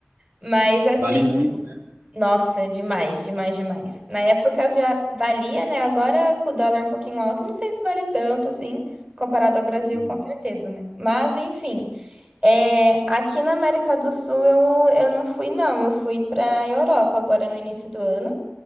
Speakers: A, on the right (about 25°); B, on the right (about 60°).
A: Mas assim,
B: Vale muito.
A: nossa, demais, demais, demais. Na época já valia, né? Agora com o dólar um pouquinho alto, não sei se vale tanto assim, comparado ao Brasil,
B: Uhum.
A: com certeza, né? Mas enfim, é, aqui na América do Sul eu, eu não fui, não. Eu fui para Europa agora no início do ano.